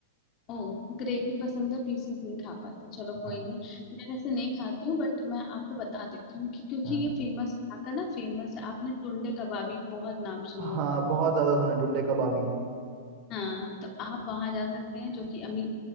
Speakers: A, on the left; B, on the right.
A: ओह ग्रेवी पसंद है पीसेस नहीं खा पाते चलो कोई
B: हाँ
A: नहीं मैं वैसे नहीं खाती हूँ बट मैं आपको बता देती हूँ कि क्योंकि
B: हाँ
A: ये फेमस यहाँ का ना फेमस है आपने टुंडे कबाबी बहुत नाम सुना
B: हाँ
A: होगा
B: बहुत ज़्यादा सुना है टुंडे कबाबी
A: हाँ तो आप वहां जा सकते हैं जो कि अमी